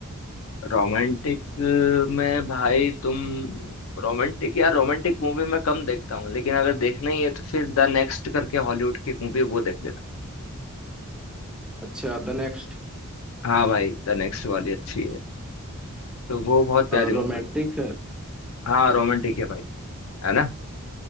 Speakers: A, on the left (about 65°); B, in the centre.
A: रोमांटिक में भाई तुम रोमांटिक यार रोमांटिक मूवी मैं कम देखता हूँ लेकिन अगर देखना ही है तो फिर द नेक्स्ट करके हॉलीवुड की मूवी है, वो देख लेना
B: अच्छा द नेक्स्ट
A: हाँ भाई द नेक्स्ट वाली अच्छी है तो वो बहुत प्यारी मूवी
B: रोमांटिक
A: है
B: है
A: हाँ रोमांटिक है भाई है ना